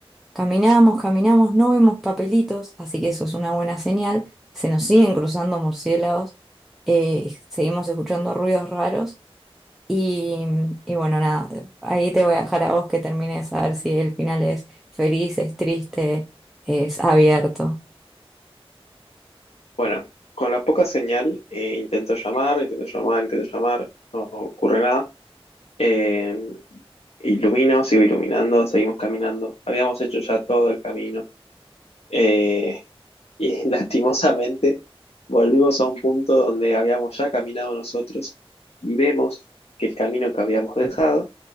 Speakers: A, in the centre; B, on the left.
A: Caminamos, caminamos, no vemos papelitos, así que eso es una buena señal. Se nos siguen cruzando murciélagos, eh, seguimos escuchando ruidos raros y, y bueno, nada, ahí te voy a dejar a vos que termines a ver si el final es feliz, es triste, es abierto.
B: Bueno, con la poca señal, eh, intento llamar, intento llamar, intento llamar, no ocurre nada. Eh, ilumino, sigo iluminando, seguimos caminando. Habíamos hecho ya todo el camino. Eh, Y <laughs> lastimosamente volvimos a un punto donde habíamos ya caminado nosotros y vemos que el camino que habíamos dejado